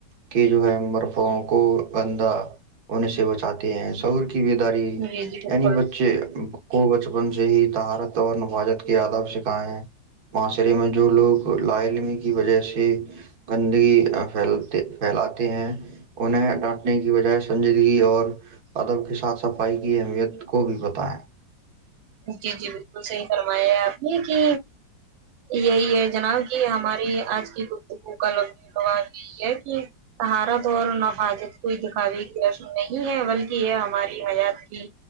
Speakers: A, on the right; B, on the right.
A: کے جو ہے مرفوں کو گندا ہونے سے بچاتے ہیں سور ب داری
B: جی جی بالکل
A: اینی وچچے کو بچپن سے ہی تہارت اور نفاجت کے آداب سکھائے ہیں معاشرے میں جو لوگ لائمی کی وجہ سے گندگی پھیل پھیلاتے ہیں انہیں ڈانٹنے کی بجائے سنجیدگی اور ادب کے ساتھ صفائی کی اہمیت کو بھی بتائیں
B: جی جی بالکل صحیح فرمایا ہے آپ نے کہ یہی ہے جناب کہ ہماری آج کی گفتگو کا لگ لباؤ یہی ہے کہ تہارت اور نفاادت کو دکھاوے کی رسم نہیں ہے بلکہ یہ ہماری حیات کی